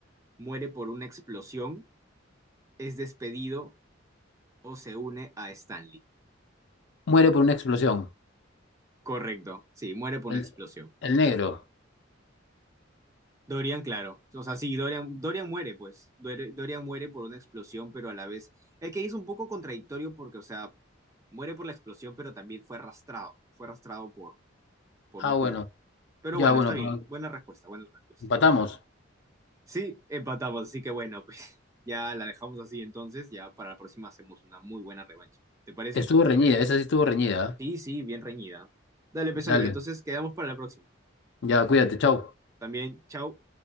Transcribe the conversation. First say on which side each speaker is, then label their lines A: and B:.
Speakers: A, on the right (about 15°); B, on the left (about 60°).
A: muere por una explosión, es despedido o se une a Stan Lee.
B: Muere por una explosión.
A: Correcto, sí, muere por una
B: El,
A: explosión.
B: el negro.
A: Dorian, claro. O sea, sí, Dorian, Dorian muere, pues. Dor- Dorian muere por una explosión, pero a la vez. Es que es un poco contradictorio porque, o sea, muere por la explosión, pero también fue arrastrado. Fue arrastrado por, por
B: Ah,
A: un
B: bueno.
A: tubo. Pero
B: Ya,
A: bueno,
B: bueno,
A: está bien.
B: pero
A: Buena respuesta, buena respuesta.
B: empatamos.
A: Sí, empatamos, así que bueno, pues <laughs> ya la dejamos así entonces. Ya para la próxima hacemos una muy buena revancha. ¿Te parece?
B: Estuvo reñida, esa sí estuvo reñida.
A: Sí, sí, bien reñida. Dale, peso
B: ¿eh? Dale.
A: libre. Entonces quedamos para la próxima.
B: Ya, cuídate, chao.
A: También, chao.